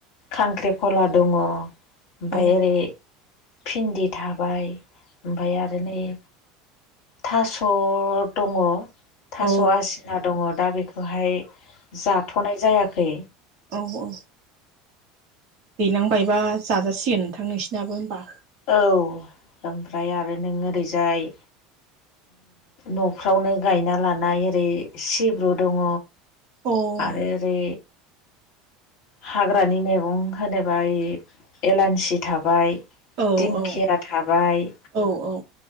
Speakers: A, on the left; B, on the right.
A: खांख्रिखला दङ ओमफाय
B: औ
A: ओरै भिन्दि थाबाय ओमफ्राय आरो नै थास' दङ थास'
B: औ
A: आसिना दङ। दा बेखौहाय जाथ'नाय जायाखै।
B: औ औ दैलांबायबा जाजासिगोन नोंथां नोंसिनाबो होमबा।
A: औ ओमफ्राय आरो नों ओरैजाय न'फ्रावनो गायना लानाय ओरै सिब्रु दङ।
B: अ औ
A: आरो ओरै हाग्रानि मैगं होनोबा एलानसि थाबाय
B: औ
A: दिंखिया थाबाय
B: औ औ